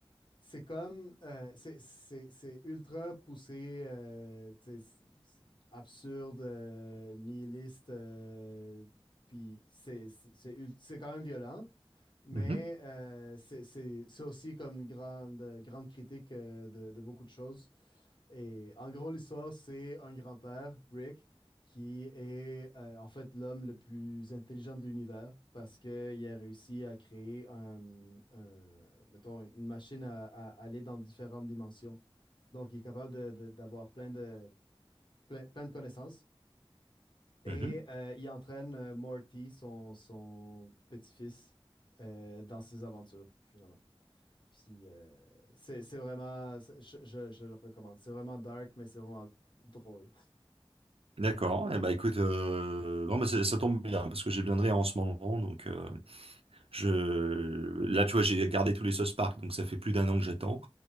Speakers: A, on the left; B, on the right.
A: c'est comme euh, c'est c'est- c'est ultra poussé, euh, tu sais, c'est- c'est absurde, euh, nihiliste. euh, puis c'est c'est c'est ul- c'est quand même violent, mais
B: Mhm,
A: euh, c'est c'est- c'est aussi comme une grande grande critique euh, de de beaucoup de choses. Et en gros, l'histoire, c'est un grand-père, Rick, qui est euh, en fait l'homme le plus intelligent de l'univers parce qu'il a réussi à créer un, un- mettons, une machine à, à aller dans différentes dimensions. Donc, il est capable de- de- d'avoir plein de, plein, plein de connaissances. Et
B: mhm.
A: euh, il entraîne euh, Morty, son, son petit-fils, euh, dans ses aventures, finalement. Puis, euh, c'est c'est vraiment, c'est- je, je je le recommande. C'est vraiment dark, mais c'est vraiment drôle.
B: D'accord. Eh ben, écoute, euh, non, mais c'est- ça tombe bien parce que j'ai bien de rire en ce moment. Donc, euh, je là, tu vois, j'ai gardé tous les sauce Park, donc ça fait plus d'un an que j'attends.